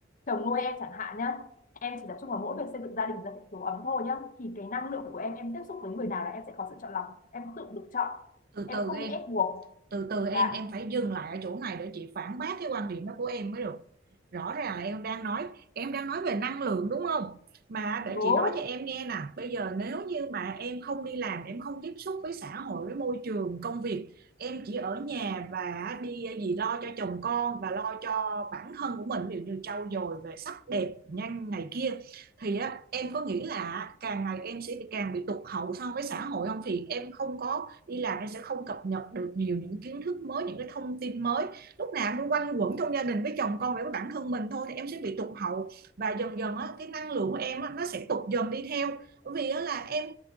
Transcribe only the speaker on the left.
chồng nuôi em chẳng hạn nhá em chỉ tập trung vào mỗi việc xây dựng gia đình và hạnh phúc ấm thôi nhá thì cái năng lượng của em em tiếp xúc với người nào là em sẽ có sự chọn lọc em tự được chọn
em
không
bị ép buộc
dạ
đúng